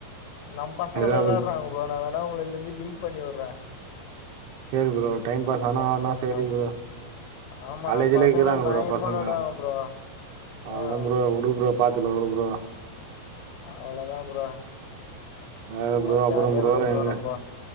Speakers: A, on the left; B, on the right.
A: நம் பசங்கல்லா
B: ஏதாவது
A: வ்ளாட்றாங்க
B: ஒண்ணு.
A: ப்ரோ நா வேனா உங்கள லிந்தி லிங்க் பண்ணி உட்ற
B: சேரி ப்ரோ டைம் பாஸ் ஆனா ஆனா
A: ப்ரோ
B: சேரி
A: நம்
B: ப்ரோ
A: ஆமா
B: காலேஜுல
A: நம் பசங்கல்லா
B: இக்குறாங்க
A: பயங்கரமா
B: ப்ரோ பசங்க
A: விளாடுவாங்க ப்ரோ
B: அவள்தா
A: ஆ
B: ப்ரோ உடு ப்ரோ பாத்துக்லா உடு ப்ரோ
A: அவ்ளதா ப்ரோ
B: வேற
A: சும்மா
B: ப்ரோ அப்பறம்
A: ஜாலியா
B: ப்ரோ
A: இருக்கணு
B: எங்க
A: நம்போ